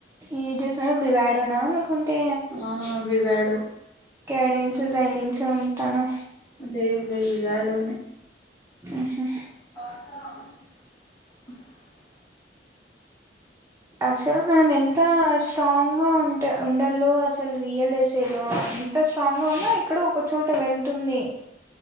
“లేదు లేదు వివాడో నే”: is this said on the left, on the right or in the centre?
Left